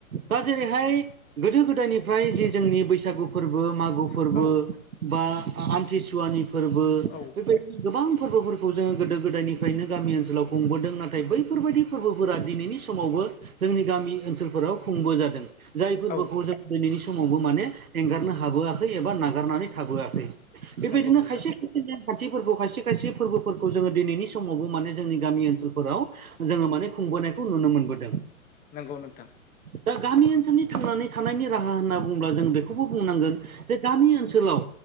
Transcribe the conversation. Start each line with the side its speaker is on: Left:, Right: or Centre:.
Right: दा जेरैहाय गोदो गोदायनिफ्राय जि जोंनि बैसागु फोरबो मागो फोरबो
Left: औ
Right: बा आमथिसुवानि फोरबो
Left: औ
Right: बेबायदि गोबां फोरबोफोरखौ जोङो गोदो गोदायनि निफ्रायनो गामि ओनसोलाव खुंबोदों - नाथाय बैफोरबायदि फोरबोफोरा दिनैनि समावबो जोंनि गामि ओनसोलफोराव खुंबो जादों। जाय फोरबोखौ
Left: औ
Right: जों दिनैनि समावबो माने एंगारनो हाबोआखै एबा नागारनानै थाबोआखै। बेबायदिनो
Left: नंगौ नोंथां
Right: खायसे खायसे नेम खान्थिफोरखौ खायसे खायसे फोरबोफोरखौ जोङो दिनैनि समावबो माने जोंनि गामि ओनसोलफोराव जोङो माने खुंबोनायखौ नुनो मोनबोदों।
Left: नंगौ नोंथां।
Right: दा गामि ओनसोलनि थांनानै थानायनि राहा होनना बुङोब्ला जों बे खौबो बुंनांगोन जे गामि ओनसोलाव